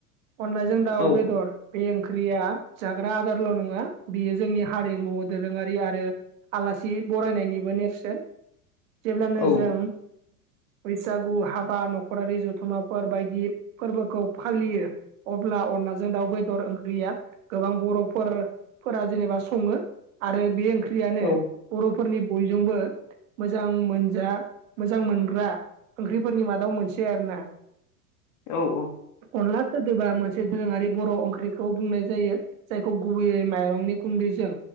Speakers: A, on the right; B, on the left.
A: अनलाजों दाउ
B: औ
A: बेदर बे ओंख्रिया जाग्रा आदार ल' नङा बियो जोंनि हारिमु दोरोङारि आरो आलासि बरायनायनिबो नेरसोन जेब्लानो
B: औ
A: जों बैसागु हाबा न'खरारि जथुम्माफोर बायदि फोरबोखौ फालियो अब्ला अनलाजों दाउ बेदर ओंख्रिया गोबां बर' फोर फोरा जेनेबा सङो आरो बे ओंख्रियानो
B: औ
A: बर'फोरनि बयजोंबो मोजां मोनजा मोजां मोनग्रा ओंख्रिफोरनि मादाव मोनसे आरो ना
B: औ औ।
A: अनला सोदोबा मोनसे दोरोङारि बर' ओंख्रिखौ बुंनाय जायो। जायखौ गुबैयै माइरंनि गुन्दैजों